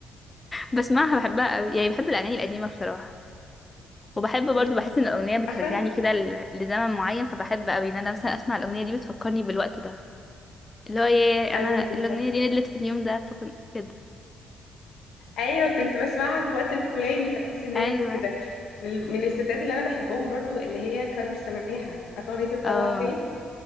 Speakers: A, on the left; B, on the left.
A: بسمعها بحبها قوي يعني بحب الأغاني القديمة بصراحة وبحب برضو
B: امم
A: بحس ان الاغنيه بترجعني
B: عارفه
A: كده ل- لزمن معين فبحب قوي ان انا مثلا اسمع الاغنيه دي بتفكرني بالوقت ده اللي هو ايه
B: ايوه
A: انا
B: بالظبط
A: الاغنيه دي ندلت في اليوم ده فكنت كده
B: ايوه كنت بسمعها في وقت الفلاني فتحس ان هي
A: ايوه
B: بت- كده من من الستات اللي انا بحبهم برضو اللي هي كارول سماحه عارفه اغنيه تطلع
A: اه
B: فيه